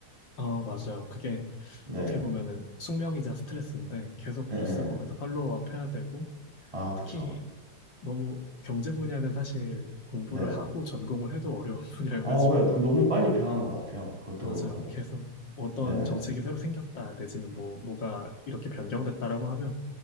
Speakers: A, on the left; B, on the right.
A: 어, 맞아요. 그게
B: 네.
A: 어떻게 보면은 숙명이자 스트레스인데 계속
B: 네.
A: 뉴스 보면서
B: 네.
A: 팔로우업 해야 되고,
B: 아,
A: 특히
B: 그쵸.
A: 너무 경제 분야는 사실 공부를
B: 네.
A: 하고 전공을 해도 어려운 <laughs> 분야여가지고
B: 어, 그냥 너무 빨리 변하는 것 같아요. 그것도
A: 맞아요.
B: 그렇고.
A: 계속 어떤
B: 네네.
A: 정책이 새로 생겼다 내지는 뭐 뭐가 이렇게 변경됐다라고 하면